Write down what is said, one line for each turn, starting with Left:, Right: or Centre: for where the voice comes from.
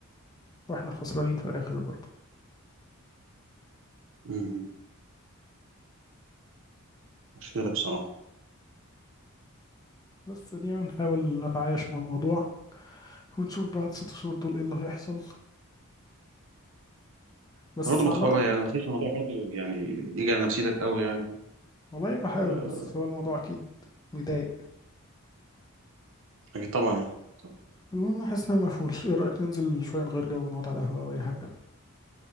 Left: وإحنا الخسرانين في الآخر برضو
Right: مم. مشكلة بصراحة
Left: بس دي هنحاول نتعايش مع الموضوع ونشوف بعد ست شهور دول ايه اللي هيحصل بس
Right: ده برضه ما
Left: عامة
Right: تخاف يعني ما تخليش الموضوع برضه يعني يجي على نفسيتك قوي يعني
Left: والله بحاول
Right: آه،
Left: بس هو الموضوع أكيد مضايق
Right: أكيد طبعا يعني طبعا.
Left: المهم حاسس إن أنا مقفول إيه رأيك ننزل شوية نغير جو ونقعد على القهوة أو أي حاجة